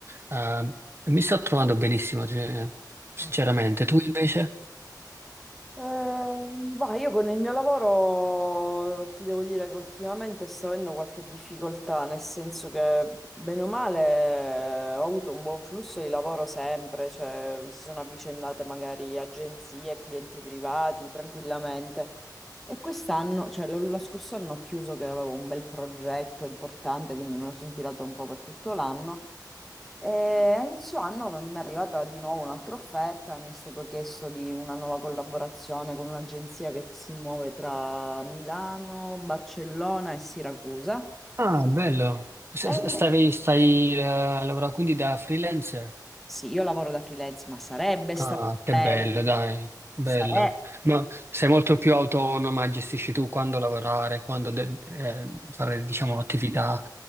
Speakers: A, on the right; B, in the centre.
A: eh, e mi sto trovando benissimo, cioè, sinceramente.
B: Ah.
A: Tu invece?
B: Eh, va, io con il mio lavoro ti devo dire che ultimamente sto avendo qualche difficoltà, nel senso che bene o male ho avuto un buon flusso di lavoro sempre, cioè si sono avvicendate magari agenzie, clienti privati tranquillamente. E quest'anno, cioè lo, lo scorso anno ho chiuso che avevo un bel progetto importante, quindi me lo sono tirato un po' per tutto l'anno. E a inizio anno mi è arrivata di nuovo un'altra offerta, mi è stato chiesto di una nuova collaborazione con un'agenzia che si muove tra Milano, Barcellona e Siracusa.
A: Ah, bello, S-
B: E-
A: stavi- stai eh, lavorando quindi da freelancer?
B: Sì, io lavoro da freelance, ma sarebbe
A: Ah,
B: stato
A: che
B: bello.
A: bello, dai, bello.
B: Sarebbe.
A: Ma sei molto più autonoma, gestisci tu quando lavorare, quando de- eh, fare, diciamo, attività